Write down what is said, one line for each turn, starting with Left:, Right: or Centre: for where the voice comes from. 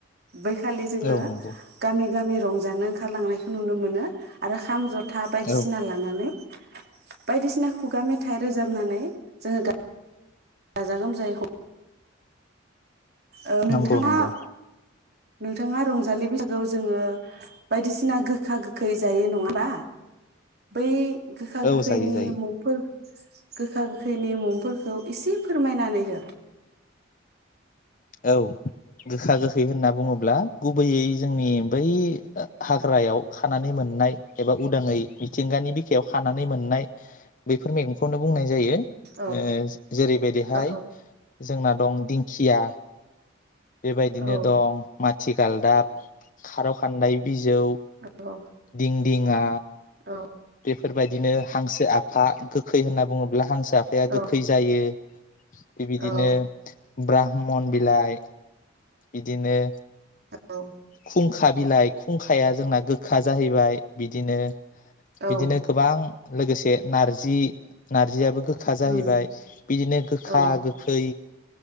Right: बै खालि जोङो
Left: औ नंगौ
Right: गामि गामि रंजानो ओंखारलांनायखौ नुनो मोनो आरो खाम ज था बायदिसिना
Left: औ
Right: लानानै बायदिसिना खुगा मेथाइ रोजाबनानै जोङो गाजा गोमजायै ओ नोंथाङा
Left: नंगौ नंगौ
Right: नोंथाङा रंजालि बैसागोआव जोङो बायदिसिना गोखा गोखै जायो नङा होमबा बै गोखा
Left: औ
Right: गोखैनि
Left: जायो जायो
Right: मुंफोर गोखा गोखैनि मुंफोरखौ इसे फोरमायनानै हो
Left: औ गोखा गोखै होनना बुङोब्ला गुबैयै जोंनि बै हाग्रायाव खानानै मोननाय एबा उदाङै मिथिंगानि बिखायाव खानानै मोननाय बैफोर मैगंखौनो बुंनाय जायो। ओ
Right: औ
Left: जेरैबायदिहाय
Right: औ
Left: जोंना दं दिंखिया बेबायदिनो
Right: औ
Left: दं मा थि गालदाब खार खान्दाय बिजौ,
Right: औ
Left: दिं दिङा
Right: औ
Left: बेफोरबायदिनो हांसो आफा गोखै होनना बुङो ब्ला हांसो आफाया
Right: औ
Left: गोखै जायो बिबिदिनो
Right: औ
Left: ब्राह्म बिलाइ बिदिनो
Right: औ
Left: खुंखा बिलाइ खुंखाया जोंना गोखा जाहैबाय बिदिनो
Right: औ
Left: बिदिनो गोबां लोगोसे नारजि नारजियाबो गोखा जाहैबाय
Right: उम
Left: बिदिनो गोखा
Right: औ
Left: गोखै